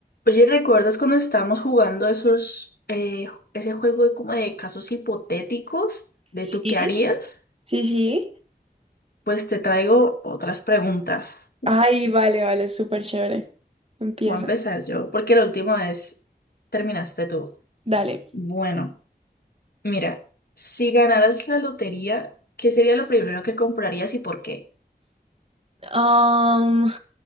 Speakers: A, on the left; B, on the right.
A: Oye, ¿recuerdas cuando estábamos jugando esos, eh, ese juego de como de casos hipotéticos de
B: Sí,
A: tú qué harías?
B: sí, sí.
A: Pues te traigo otras preguntas.
B: Ay, vale, vale, súper chévere. Empieza.
A: Voy a empezar yo, porque la última vez terminaste tú.
B: Dale.
A: Bueno, mira, si ganaras la lotería, ¿qué sería lo primero que comprarías y por qué?
B: Am,